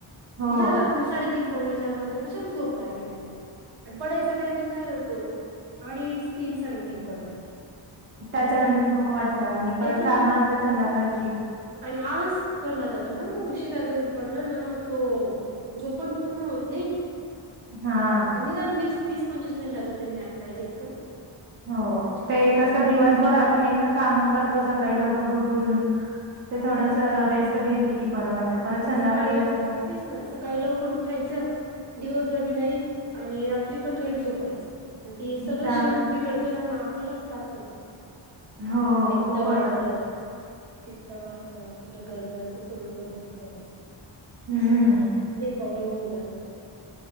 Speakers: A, on the right; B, on the right.
A: हो
B: झालं म साडेतीन पावणे चार नंतर कशाला झोप लागेल का. आणि पडायचा टायमिंग काय होतो अडीच तीन साडेतीन पर्यंत.
A: त्याच्यानंतर नको वाटतं आणि परत
B: त्याच्या
A: <inaudible> असत संध्याकाळची.
B: आणि आळस भरला जातो ना मग उशिरा जर पडल ना मग तो. झोप पण पूर्ण होत नाही.
A: हा.
B: निदान वीस वीस पंचवीस मिनिटाचा तरी <inaudible> पाहिजेच.
A: हो
B: वीस पंचवीस
A: ते
B: मिनिटाचा
A: कसं दिवसभर
B: तरी
A: आपण
B: मग
A: एकतर काम करतो सकाळी लवकर उठून. ते थोडस
B: तेच ना
A: रेस्ट घेतली की बरं वाटतं परत
B: मग
A: संध्याकाळी
B: सकाळी लव
A: असंत.
B: तेच ना सकाळी लवकर उठायचं दिवसभर बी नाही आणि रात्री पण लेट झोपायचं. मग ते सगळं
A: त्या
B: शेड्यूल बिघडत ना मग आपल्यालाच त्रास होतो.
A: हो
B: पित्त
A: खूप
B: वाढत.
A: होतं
B: <inaudible> कुठं घरघर कुठं डोकं दुखतं.
A: हम्म
B: असं हे प्रॉब्लेम होऊन जात.